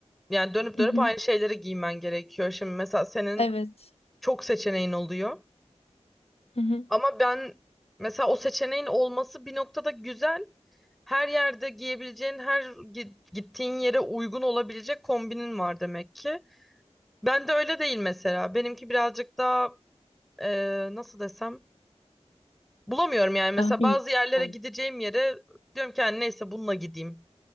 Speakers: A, in the centre; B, on the left (about 60°).
A: yani dönüp
B: Hı
A: dönüp
B: hı.
A: aynı şeyleri giymen gerekiyor. Şimdi mesela senin
B: Evet.
A: çok seçeneğin oluyor.
B: Hı hı.
A: Ama ben mesela o seçeneğin olması bir noktada güzel. Her yerde giyebileceğin, her gi- gittiğin yere uygun olabilecek kombinin var demek ki. Ben de öyle değil mesela. Benimki birazcık daha eee, nasıl desem bulamıyorum yani. Mesela
B: Tahmin.
A: bazı yerlere
B: ihtimal.
A: gideceğim yere diyorum ki "Yani neyse bununla gideyim.